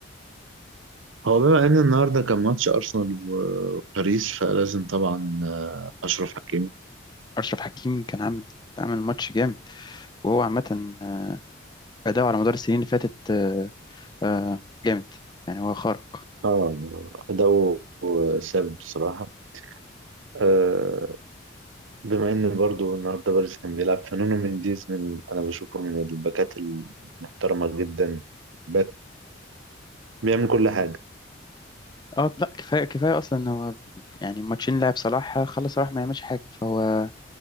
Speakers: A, on the right; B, on the left.
A: هو بما ان النهارده كان ماتش ارسنال و- وباريس فلازم طبعا آه، اشرف حكيمي
B: أشرف حكيمي كان عامل عامل ماتش جامد وهو عامة آه، أداؤه على مدار السنين اللي فاتت آه، آه، جامد يعني هو خارق
A: اه أداؤه ثابت بصراحة آه، بما إن برضو النهاردة باريس كان بيلعب فنونو منديز من أنا بشوفه من الباكات المحترمة جدا باك بيعمل كل حاجة
B: اه لا كفاية كفاية أصلا إن هو يعني الماتشين لعب صلاح آه، خلص صلاح ما يعملش حاجة فهو